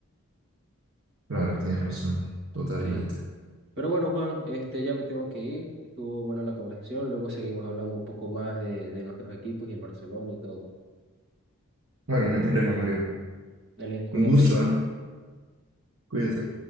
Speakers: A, on the right; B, on the right.
A: Claro, tienes razón, totalmente.
B: Sí. Pero bueno, Juan, este, ya me tengo que ir. Estuvo buena la conversación. Luego seguimos hablando un poco más de, de nuestros equipos y el Barcelona y todo.
A: Bueno, no hay problema, Mario.
B: Dale, cuídate.
A: Un gusto, ¿eh? Cuídate.